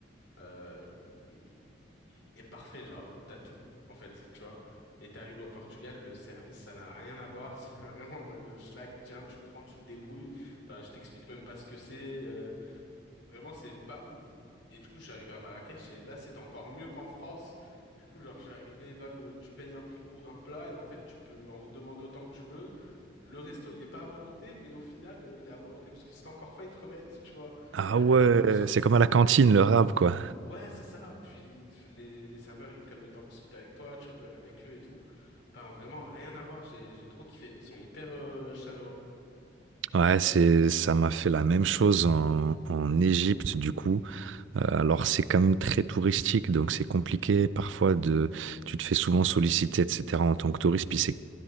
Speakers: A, on the left; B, on the right.
A: euh, le- le- il est parfait, genre, t'as tout, en fait, tu vois. Et t'arrives au Portugal, le service, ça n'a rien à voir, <laughs> c'est vraiment en mode euh, schlag, tiens, tu prends, tu te débrouilles, enfin, je t'explique même pas ce que c'est, euh, vraiment, c'est pas ouf. Et du coup, je suis arrivé à Marrakech, et là, c'était encore mieux qu'en France. Du coup, genre, je suis arrivé, bam, euh, tu payes un prix pour un plat, et en fait, tu peux en redemander autant que tu veux. Le resto, il est pas à volonté, mais au final, euh, il est à volonté, parce que si t'as encore faim, ils te remettent, tu vois.
B: Ah
A: <laughs>
B: ouais,
A: Genre,
B: c'est
A: c'est
B: comme à
A: tout
B: la cantine,
A: bête.
B: le rap, quoi.
A: Ouais, c'est ça. Puis tu- les, les serveurs, ils prennent le temps de discuter avec toi, tu rigoles avec eux et tout. Enfin, vraiment, rien à voir. J'ai, j'ai trop kiffé. Ils sont hyper euh, chaleureux.
B: Ouais, c'est, ça m'a fait la même chose en, en Égypte, du coup. Euh, alors, c'est quand même très touristique, donc c'est compliqué. Parfois, de, tu te fais souvent solliciter, etc., en tant que touriste, puis c'est